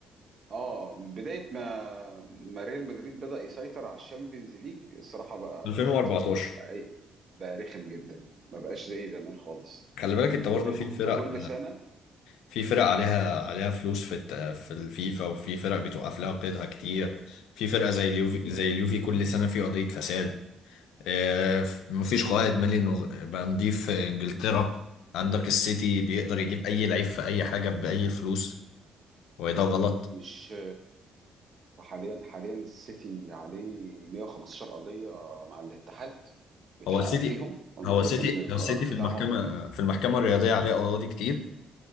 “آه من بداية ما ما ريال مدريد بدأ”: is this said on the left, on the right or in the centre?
Right